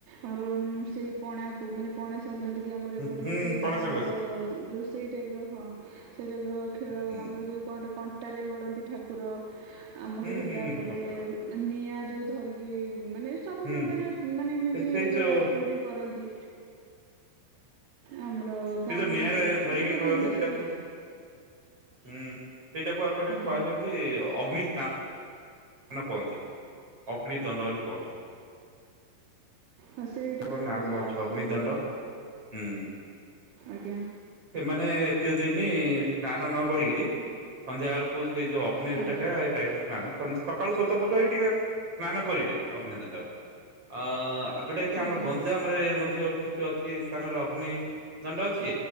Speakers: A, on the right; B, on the right.
A: ଆମର ଉ-ଉ ସେଇ ପଣା କୁ ମାନେ ପଣା ସଂକ୍ରାନ୍ତି କି ଆମର
B: ହୁଁ
A: ଏପଟେ
B: ହୁଁ
A: ବି ସେଇ
B: ପଣା
A: ଦଣ୍ଡ-ଅ-ଅ
B: ସଂକ୍ରାନ୍ତି
A: ଯୋଉ ସେଇ ଟାଇପ୍ର ହଁ ସେଇ ଟାଇପ୍ର ଖେଳ
B: ହୁଁ
A: ଆମର ଯଉ କଣଟେ କ ଅଟାରେ ଗଡ଼ନ୍ତି ଠାକୁର ଆମର
B: ହୁଁ
A: ହେଲା
B: ହୁଁ ହୁଁ
A: ଏପଟେ-ଏ-ଏ
B: କଣ୍ଟାର
A: ନିଆଁ ଯୋଉ ଧରିକି-ଇ-ଇ ମାନେ ସବୁ
B: ହୁଁ
A: ପ୍ରକାରିଆ ମାନେ ଏମିତି-ଇ-ଇ
B: ସେ ସେଇ ଯୋଉ
A: ଆକ୍ଟିଭିଟି କରନ୍ତି। ଆମର
B: ସେ
A: ଗାଁ
B: ଯୋଉ
A: ମାନଙ୍କରେ
B: ନିଆଁରେ-ଏ-ଏ ଧରିକିରି
A: ଏଠି ତ
B: କରନ୍ତି
A: ଭୁବନେଶ୍ୱରରେ
B: ସେଇଟା କୋ ହୁଁ ସେଇଟାକୁ ଏକଟେ
A: ଆଜ୍ଞା
B: କୁହାଯାଆନ୍ତି ଅଗ୍ନି ସ୍ନା ନ କୁହନ୍ତି ଅଗ୍ନି ଦଣ୍ଡ ବୋଲି କୁହନ୍ତି।
A: ଆ ସେଇଟା
B: ତାଙ୍କର
A: ବି
B: ନାମ
A: ହୁଏ
B: ଅଛି
A: ଆଉ
B: ଅଗ୍ନିଦଣ୍ଡ
A: ଯୋଉ-ଉ-ଉ
B: ହୁଁ
A: ଆଜ୍ଞା।
B: ସେମାନେ ଏତୀୟ ଦିନି-ଇ-ଇ ସ୍ନାନ ନକରିକିରି ସନ୍ଧ୍ୟା ବେଳକୁ ସେ ଯୋ ଅ ନି
A: ଆଜ୍ଞା
B: ରିଟାକା ଏ ଟାଇପ ନା ନା ସ ସକାଳୁ ସ୍ୱଚ ଫଉଚ ହେଇ ଟିକେ ସ୍ନାନ କରିବେ ଅଗ୍ନିଦଣ୍ଡ ଅ-ଅ-ଅ-ଅ ଆଉ ଯୋଉଟା କି
A: ଆଜ୍ଞା
B: ଆମର ଗଞ୍ଜାମ ରେ ମଧ୍ୟ କିଛି ଅଛି ସ୍ଥାନରେ ଅଗ୍ନି ଦଣ୍ଡ ଅଛି।